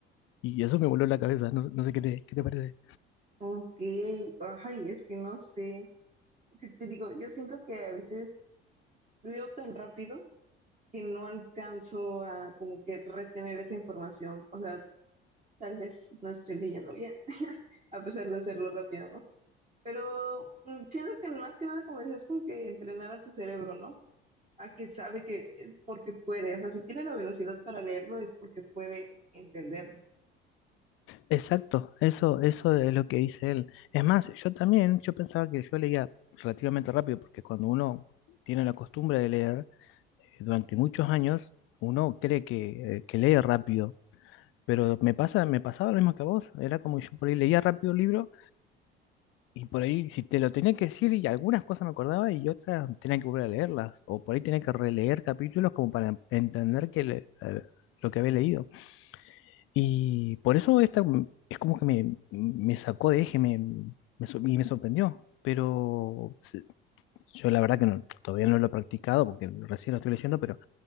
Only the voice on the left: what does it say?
Y eso me voló la cabeza, no, no sé qué te, qué te parece.
Exacto, eso, eso es lo que dice él. Es más, yo también, yo pensaba que yo leía relativamente rápido, porque cuando uno tiene la costumbre de leer eh, durante muchos años, uno cree que, eh, que lee rápido Pero me pasa, me pasaba lo mismo que a vos. Era como yo por ahí leía rápido el libro y por ahí si te lo tenía que decir y algunas cosas me acordaba y otras tenía que volver a leerlas. O por ahí tenía que releer capítulos como para entender que le- eh, lo que había leído. Y por eso esta m- es como que me, me sacó de eje me, me sor- y me sorprendió. Pero se- yo la verdad que no- todavía no lo he practicado porque recién lo estoy leyendo, pero